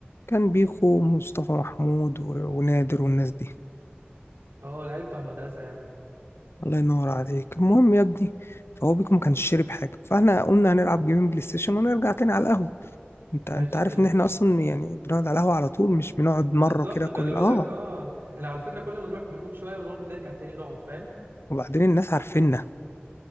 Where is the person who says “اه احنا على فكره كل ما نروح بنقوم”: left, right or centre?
Right